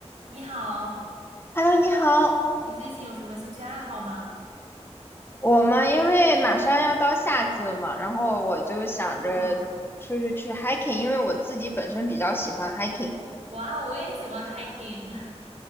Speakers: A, on the right; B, on the left.
A: 你好，
B: Hello，你好。
A: 你最近有什么兴趣爱好吗？
B: 我们因为马上要到夏季了嘛，然后我就想着出去去
A: 啊，
B: hiking，因为我自己本身比较喜欢 hiking。
A: 哇哦，我也喜欢 hiking，<laughs>